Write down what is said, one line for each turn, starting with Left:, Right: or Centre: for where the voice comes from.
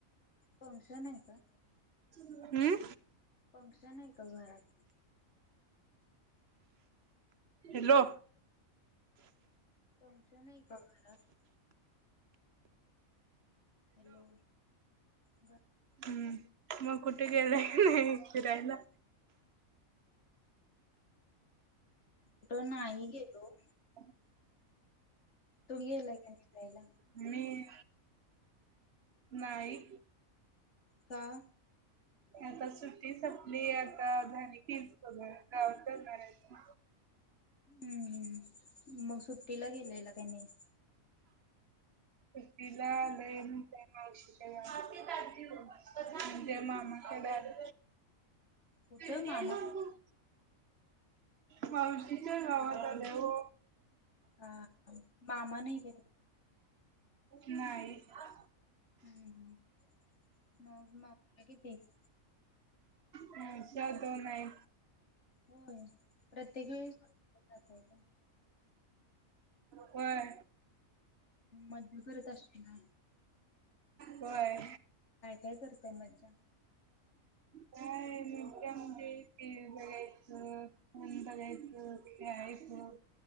Left: फंक्शन आहे का?
Right: हम्म
Left: फंक्शन आहे का घरात?
Right: हॅलो!
Left: फंशन आहे का घरात? हॅलो! घरा
Right: हम्म मग कुठे गेले की नाही? फिरायला?
Left: कुठं नाही गेलो.
Right: <inaudible>
Left: तुमी गेलाय का फिरायला?
Right: मी नाही.
Left: का?
Right: आता सुट्टी सपली आता झाली कि गावात करायचं.
Left: हम्म हम्म मग सुट्टीला गेलेला का नाही?
Right: तीला आलंय त्या मावशीच्या गाव म्हणजे मामा च्या गाव
Left: कुठं
Right: दे
Left: मामा
Right: ना गूळ. मावशीच्या गावात आल्या हो.
Left: हा मामा नाही गेले.
Right: नाही हा.
Left: हम्म. मग मग कितीच.
Right: ह्यांच्या दोन आहे.
Left: होय. प्रत्येक वेळीस जातय काय
Right: होय.
Left: मज्ज करत असशिल ना?
Right: होय.
Left: काय करताय मज्जा?
Right: काय त्या म्हणजे ते बघायच. बघायचं खेळायचं.